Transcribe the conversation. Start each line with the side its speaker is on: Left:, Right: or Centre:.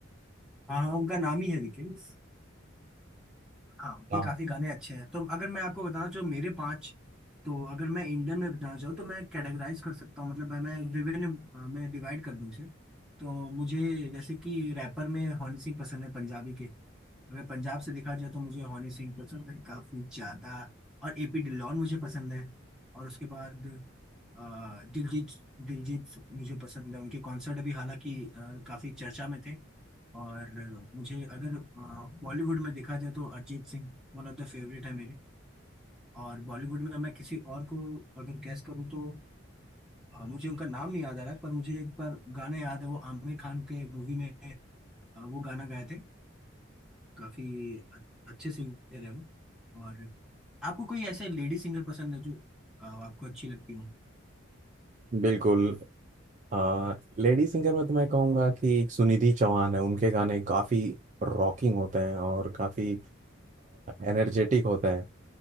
Centre: हाँ हाँ उनका नाम ही है लेकिन हाँ उनके
Right: हाँ
Centre: काफी गाने अच्छे हैं तो अगर मैं आपको बताना चाहूँ मेरे पाँच तो अगर मैं इंडियन में बताना चाहूँ तो मैं कैटेगराइज कर सकता हूँ मतलब मैं मैं विभिन्न अ, मैं डिवाइड कर दूँ उसे तो मुझे जैसे कि रैपर में हनी सिंह पसंद है पंजाबी के अगर पंजाब से देखा जाए तो मुझे हनी सिंह पसंद है काफी ज्यादा और एपी डिलॉन मुझे पसंद है और उसके बाद अ, दिलजीत दिलजीत मुझे पसंद है उनके कॉन्सर्ट अभी हालांकि अ, काफी चर्चा में थे और मुझे अगर अ, बॉलीवुड में देखा जाए तो Arijit Singh one of the favourite है मेरे और बॉलीवुड में मैं किसी और को अगर गैस करूँ तो अ, मुझे उनका नाम नहीं याद आ रहा है पर मुझे एक बार गाने याद है वो आमिर खान के मूवी में अ, वो गाना गाए थे अ, काफी अ- अच्छे सिंगर है वो और आपको कोई ऐसे लेडी सिंगर पसंद है जो अ, आपको अच्छी लगती हो
Right: बिल्कुल आ, लेडी सिंगर में तो मैं कहूँगा कि एक सुनिधि चौहान है उनके गाने काफ़ी रॉकिंग होते हैं और काफ़ी एनर्जेटिक होते हैं